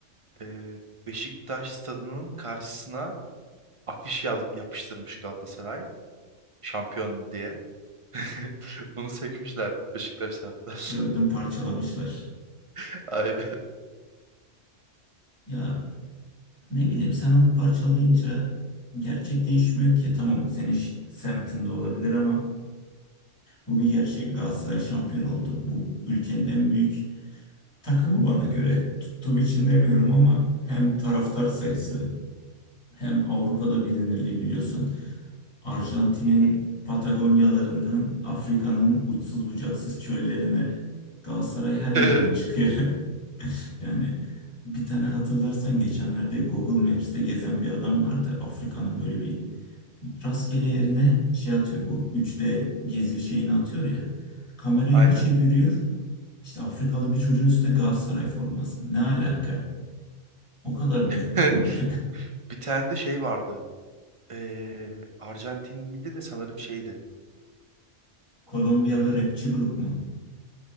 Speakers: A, on the right (about 35°); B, on the left (about 25°).
A: Ee, Beşiktaş stadının karşısına afiş yaz yapıştırmış Galatasaray. Şampiyon diye. <laughs> Onu sökmüşler Beşiktaş taraftarları.
B: Gördüm parçalamışlar.
A: <laughs> Aynen.
B: Ya Ne bileyim sen onu parçalayınca gerçek değişmiyor ki. Tamam senin ş- semtinde olabilir ama bu bir gerçek. Galatasaray şampiyon oldu. Bu ülkenin en büyük takımı bana göre. Tuttuğum için demiyorum ama hem taraftar sayısı hem Avrupa'da bilinirliği biliyorsun. Arjantin'in
A: Hı
B: Patagonyalarından Afrika'nın uçsuz bucaksız çöllerine Galatasaray her yerden
A: hı.
B: çıkıyor. <laughs> Yani bir tane hatırlarsan geçenlerde Google Maps'te gezen bir adam vardı. Afrika'nın böyle bir rastgele yerine şey atıyor bu Üç d gezi şeyini atıyor ya. Kamerayı
A: <laughs> Aynen.
B: bir çeviriyor. İşte Afrikalı bir çocuğun üstünde Galatasaray forması. Ne alaka? O kadar
A: <laughs>
B: büyük bir kulüp.
A: Bir tane de şey vardı. Ee, Arjantinliydi de sanırım şeydi.
B: <laughs> Kolombiyalı
A: Ee,
B: rapçi grup mu?